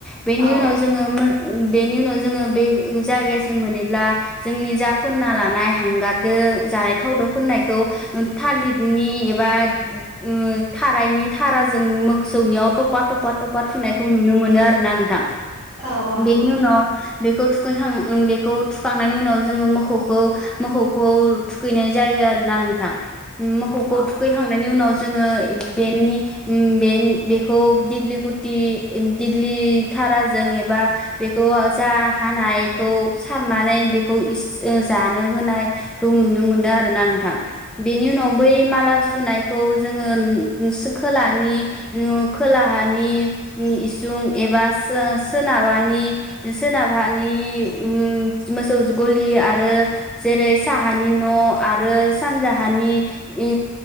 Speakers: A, in the centre; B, on the right (about 15°).
A: बेनि
B: औ
A: उनाव जोङो मो बेनि उनाव जोङो बे जायगासिम मोनोब्ला जोंनि जा फोनना लानाय हांगारदो जानाय थाव दो फोननायखौ थालिदनि एबा ओ थाराइनि था थारा जों मोसौनियाव तफा तफा तफा थुनाय खौ नुनो मोनो आरोना नोंथां।
B: औ औ
A: बेनि
B: नंगौ
A: उनाव बेखौ थुखैखां उम बेखौ थुखांनायनि उनाव जोङो मोखौखौ मोखौखौ थुखैनाय जायो आरोना ना नोंथां। मोखौखौ
B: औ
A: थुखैखांनायनि उनाव जोङो बेनि बे-बेखौ दिगलि गुटि दिग्लि थाराजों एबा बेखौ जा हानायखौ सारनानै बेखौ इस जानो होनायखौ नुनो मोनो आरोना नोंथां। बेनि उनाव
B: औ
A: बै
B: नोंथां
A: माला सुनाय खौ जोङो खोलानि खोलाहानि इसुं एबा सो-सोनाबहानि सोनाबहानि उम मोसौ गलि आरो जेरै साहानि न' आरो सानजाहानि इ